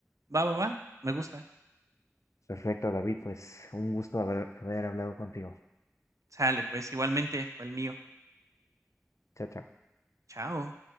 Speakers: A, on the right; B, on the left.
A: Va, va, va, me gusta.
B: Perfecto, David, pues un gusto haber, haber hablado contigo.
A: Sale, pues igualmente fue el mío.
B: Chao, chao.
A: Chao.